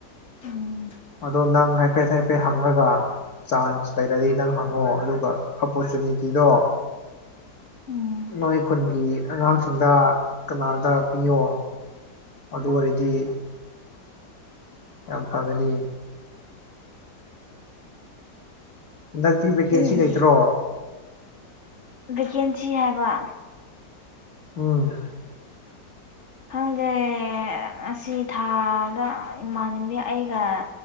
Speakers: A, on the left; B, on the left.
A: ꯎꯝ
B: ꯑꯗꯣ ꯅꯪ ꯍꯥꯏꯐꯦꯠ ꯍꯥꯏꯐꯦꯠ ꯍꯪꯉꯒ, ꯆꯥꯟꯁ ꯂꯩꯔꯗꯤ ꯅꯪ ꯍꯪꯉꯣ ꯑꯗꯨꯒ ꯑꯣꯞꯄꯣꯔꯆꯨꯅꯤꯇꯤꯗꯣ
A: ꯎꯝ
B: ꯅꯣꯏ ꯈꯨꯟꯒꯤ ꯑꯉꯥꯡꯁꯤꯡꯗ ꯀꯅꯥꯗ ꯄꯤꯌꯣ ꯑꯗꯨ ꯑꯣꯏꯔꯗꯤ ꯌꯥꯝ ꯐꯒꯅꯤ꯫ ꯍꯟꯗꯛꯇꯤ ꯚꯦꯀꯦꯟꯁꯤ
A: ꯎꯝ
B: ꯂꯩꯇ꯭ꯔꯣ?
A: ꯚꯦꯀꯦꯟꯁꯤ ꯍꯥꯏꯕ,
B: ꯎꯝ
A: ꯈꯪꯗꯦ ꯑꯁꯤ ꯊꯥꯗ, ꯏꯃꯥꯟꯅꯕꯤ ꯑꯩꯒ